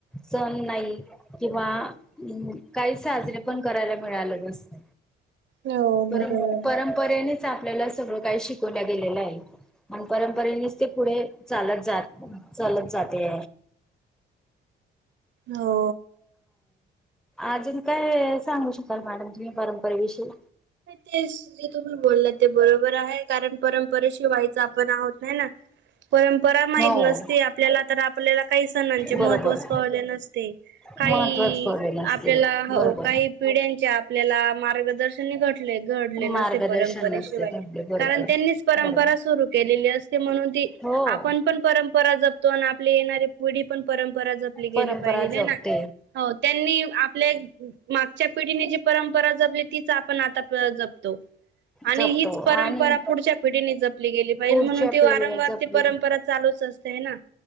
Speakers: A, in the centre; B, on the right.
A: सण नाही किंवा काही साजरे पण करायला मिळाले नसत
B: हो
A: पर
B: बरोबर
A: परंपरेनेच आपल्याला सगळं काही शिकवल्या गेलेलं आहे आणि परंपरेनेच ते पुढे चालत ज चालत जाते
B: हो
A: अजून काय सांगू शकाल मॅडम तुम्ही परंपरेविषयी
B: ते जे तुम्ही बोलल ते बरोबर आहे कारण परंपरेशी वाई आपण आहोत नाही ना परंपरा माहीत
A: हो
B: नसते आपल्याला तर आपल्याला काही सणांचे
A: बरोबर
B: महत्त्वच कळले नसते काही
A: महत्त्वच पडलेलं असते
B: आपल्याला
A: बरोबर.
B: काही पिढ्यांच्या आपल्याला मार्गदर्शन घड नसे
A: मार्गदर्शन
B: परंपरेशिवाय
A: नसते आपले बरोबर
B: कारण त्यांनीच परंपरा
A: बरोबर.
B: र केलेली अस म्हणून त
A: हो
B: आपण पण परंपरा जपतो आणि आपले येणारी पुढी पण परंपरा जपली
A: परंपरा
B: गेली पाहिजे
A: जपते
B: ल ना हो त्यांनी आपल्या मागच्या पिढीने जी परंपरा जपली ती आपण आता जपतो आणि
A: जपतो
B: हीच परंपरा
A: आणि
B: पुढच्या पिढीने जपली गेली पाहिजे
A: पुढच्या
B: म्हणून ती वारंवार
A: पिढीला जपली
B: ती परंपरा चालूच असतेंय ना